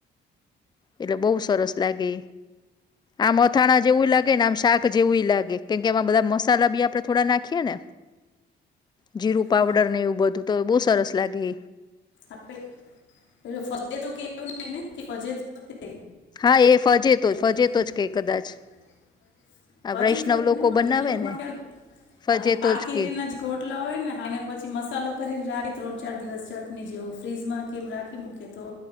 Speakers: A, on the left; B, on the left.
A: એટલે બોવ સરસ લાગે, આમ અથાણા જેવું લાગે ને આમ શાક જેવું ઈ લાગે. કેમકે એમાં બધા મસાલા બી આપડે થોડા નાખીએ ને. જીરું પાવડર
B: હા
A: ને એવું બધું તો બોવ સરસ લાગે.
B: આપણે, પેલો ફજેતો કૈ એવું નહીને કે ફજેતો તે.
A: હા એ ફજેતો
B: જોકે
A: જ ફજેતો
B: હા
A: જ કે કદાચ
B: એ ફજેતો
A: આ
B: ફજેતો
A: વૈષ્ણવ
B: ફજેતો કેયને
A: લોકો
B: એ
A: બનાવે
B: લગભગ
A: ને
B: યાદ છે.
A: ફજેતો
B: પાકેલી
A: જ
B: કેરી
A: કે
B: ના જ ગોટલા હોય ને પછી મસાલો કરીને રાય ત્રણ ચાર દિવસ <inaudible> આપને જેવું ફ્રીજમાં કે એમ રાખી મૂકે તો,